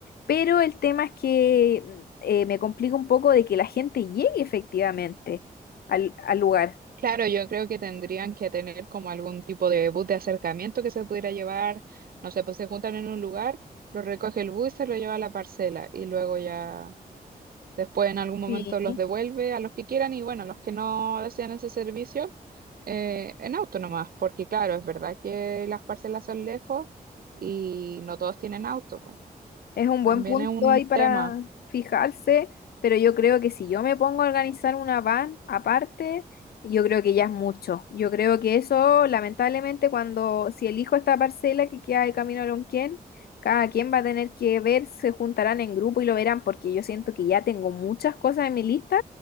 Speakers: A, on the left; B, on the right.
A: Pero el tema es que eh, me complica un poco de que la gente llegue efectivamente al, al lugar.
B: Claro, yo creo que tendrían que tener como algún tipo de bus de acercamiento que se pudiera llevar, no sé, pues se juntan en un lugar, lo recoge el bus y se lo lleva a la parcela y luego ya Después en algún momento
A: Sí.
B: los devuelve a los que quieran y bueno, los que no desean ese servicio eh, en auto nomás, porque claro, es verdad que las parcelas son lejos y no todos tienen auto. po.
A: Es un
B: También
A: buen punto
B: es un
A: ahí para
B: tema.
A: fijarse, pero yo creo que si yo me pongo a organizar una van aparte, yo creo que ya es mucho. Yo creo que eso, lamentablemente, cuando si elijo esta parcela que queda de camino a Lonquén, cada quien va a tener que ver, se juntarán en grupo y lo verán, porque yo siento que ya tengo muchas cosas en mi lista